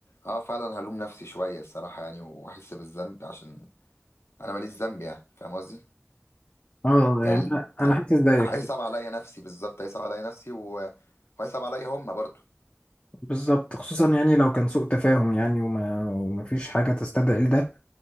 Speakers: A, on the left (about 75°); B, on the left (about 25°).
A: أه فعلا هلوم نفسي شوية الصراحة يعني وأحس بالذنب عشان أنا ماليش ذنب يعني فاهم قصدي؟
B: اه
A: يعني
B: يعني أنا أنا حاسس زيك
A: هيصعب عليا نفسي بالظبط هيصعب عليا نفسي و... وهيصعب عليا هما برضه
B: بالظبط خصوصا يعني لو كان سوء تفاهم يعني وما ومفيش حاجة تستدعي ده